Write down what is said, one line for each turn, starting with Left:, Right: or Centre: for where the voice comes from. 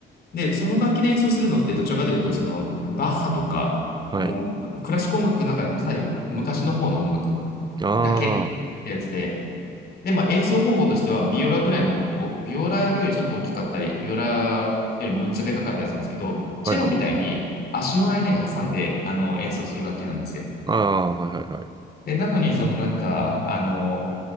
Left: で、その楽器で演奏するのってどちらかというと、その、バッハとか、
Right: はい。
Left: もう、クラシック音楽の中でもかなり昔の方の音楽
Right: ああ、
Left: だけってやつで、
Right: は
Left: で、まあ演奏方法としては、ビオラくらいの、おビオラよりちょっと大きかったり、ビオラよりもうちょっとでかかったりするんですけど、チェロみたいに足の間に挟んで、
Right: いはい。
Left: あの、演奏する楽器なんですよ。
Right: ああ、はいはいはい。
Left: で、なのに、そのなんか、あの、